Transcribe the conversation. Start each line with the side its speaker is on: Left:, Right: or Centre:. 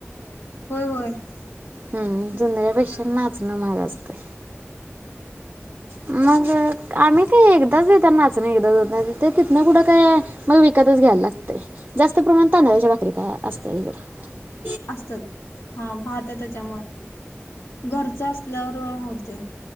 Left: होय. होय. ह
Right: हम्म. जोंधळ्यापेक्षा नाच- हं महाग असतय. मग- आम्ही काय एकदाच घेतो नाचण, एकदा दोनदा तिथन. कुठं काय मग विकतच घ्यायला लागतय. जास्त प्रमाणात तांदळाच्या भाकरी का असतात. त्यानी करा-
Left: असत्यात. हा. भात आहे त्याच्यामुळ, घरच असल्यावर होतय.